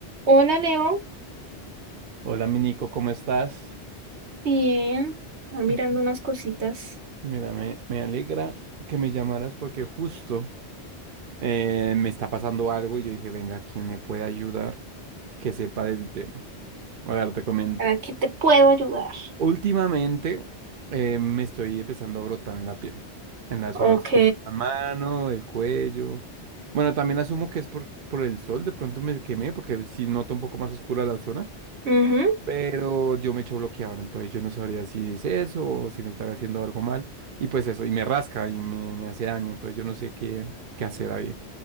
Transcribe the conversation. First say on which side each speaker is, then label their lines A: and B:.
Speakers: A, on the right; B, on the right.
A: Hola Leo,
B: Hola, mi Nico, ¿cómo estás?
A: bien, ah, mirando
B: <laughs>
A: unas cositas.
B: Mira, me, me alegra que me llamaras porque justo eh, me está pasando algo y yo dije, venga, ¿quién me puede ayudar que sepa del tema? A ver, te comento.
A: ¿Para qué te puedo ayudar?
B: Últimamente eh, me estoy empezando a brotar en la piel, en las
A: Ok,
B: zonas como la mano, el cuello. Bueno, también asumo que es por, por el sol, de pronto me quemé porque si noto un poco más oscura la zona.
A: ujú,
B: Pero yo me echo bloqueador, entonces yo no sabría si es eso o si me está haciendo algo mal. Y pues eso, y me rasca y me, me hace daño, entonces yo no sé qué, qué hacer ahí.